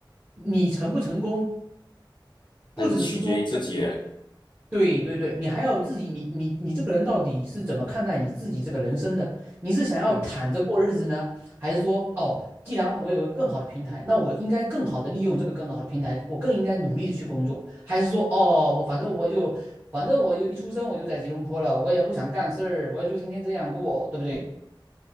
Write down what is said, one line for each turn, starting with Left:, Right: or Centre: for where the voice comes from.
Right: 你成不成功，不只是说
Left: 还是取决于自己人。
Right: 对对对，你还要自己，你你你这个人到底是怎么看待你自己这个人生的？你是想要躺着过日子呢，
Left: 嗯哼，
Right: 还是说，哦，既然我有一个更好的平台，那我应该更好的利用这个更好的平台，我更应该努力的去工作，还是说，哦，我反正我就，反正我就一出生我就在吉隆坡了，我也不想干事儿，我也就天天这样过，对不对？